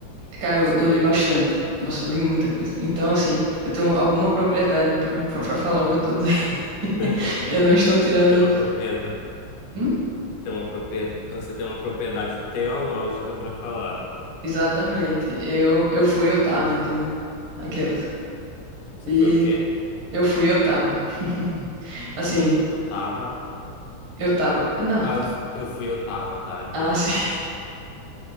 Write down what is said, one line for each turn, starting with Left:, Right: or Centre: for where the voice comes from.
Right: Cara, eu,
Left: Sim.
Right: eu li bastante. Nossa, eu li muita coisa. Então, assim, eu tenho alguma propriedade para <laughs> falar o que eu tô dizendo. <laughs>
Left: <laughs>
Right: Eu não estou tirando.
Left: Tem uma propriedade,
Right: Hum?
Left: tem uma propriedade, você tem uma propriedade teológica para falar.
Right: Exatamente. Eu, eu fui, eu tava, entendeu? Aquela.
Left: Você
Right: E
Left: foi o quê?
Right: eu fui, eu tava. <laughs> Assim,
Left: Otava?
Right: eu tava. Não.
Left: Ah, eu fu- eu fui Otava, tá, entendi.
Right: Ah, sim. <laughs>